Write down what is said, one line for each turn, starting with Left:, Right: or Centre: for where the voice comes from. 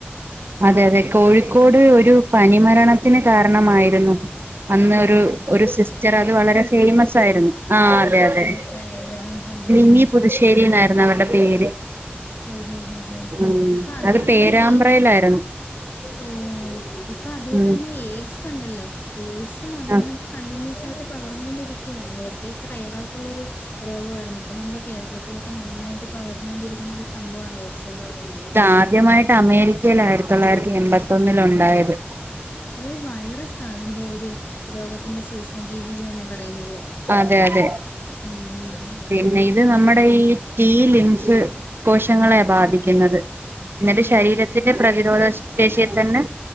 Right: അതെ അതെ കോഴിക്കോട് ഒരു പനിമരണത്തിന് കാരണമായിരുന്നു അന്ന്
Left: ആഹാ
Right: ഒരു ഒരു സിസ്റ്റർ അത് വളരെ ഫേമസ് ആയിരുന്നു ആഹ് അതെ അതെ.
Left: അതായെത് ആഹ് ആഹ് ആഹ്
Right: നീ പുതുശേരിയിലായിരുന്ന അവരുടെ പേര്
Left: ഓഹോ ഹോ ഹോ
Right: ഉം
Left: ഇപ്പൊ അതണക്കന്നെ
Right: അത് പേരാമ്പ്രയിലായിരുന്നു
Left: ഈ ഓഹ് ഇപ്പൊ അതുകൊണ്ടന്നെ
Right: ഉം
Left: എയ്ഡ്സ് ഇണ്ടല്ലോ എയ്ഡ്സും അതെണ്
Right: ആ
Left: കണ്ടിന്യൂസായിട്ട് പകർന്നൊണ്ടിരിക്കുവാ നേരത്തേക്ക് റയറായിട്ടുള്ളൊരു രോഗാവാരുന്നു ഇത് ഇപ്പ നമ്മളെ കേരളത്തില നന്നായിട്ട് പകർന്നൊണ്ടിരിക്കുന്ന ഒരു സംഭവമാണ് എയ്ഡ്സ് എന്ന് പറയുന്നത്
Right: ഇത് ആദ്യമായിട്ട് അമേരിക്കയി ആയിരത്തി തൊള്ളായിരത്തി എൺപത്തൊന്നിൽ ഉണ്ടായത്
Left: അതരു വൈറസ അതിന്റെ ഒരു രോഗത്തിന്റെ സൂക്ഷ്മജീവിന്ന് തന്നെ പറയുന്നത്.
Right: അതെ അതെ
Left: ഉം
Right: പിന്നെ ഇത് നമ്മുടെ ഈ സ്റ്റീ ലിംസ് കോശങ്ങളെ ബാധിക്കുന്നത് ഇന്നന്റെ
Left: ഉം ഓ
Right: ശരീരത്തിന്റെ പ്രതിരോധ ശേഷിയെ തന്നെ